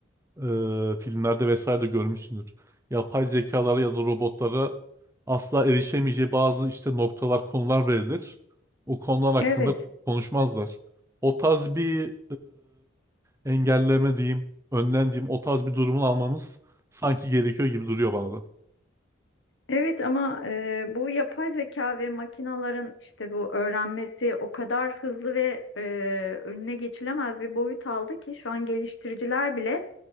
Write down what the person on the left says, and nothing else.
Evet.
Evet ama e, bu yapay zeka ve makinaların işte bu öğrenmesi o kadar hızlı ve e, önüne geçilemez bir boyut aldı ki şu an geliştiriciler bile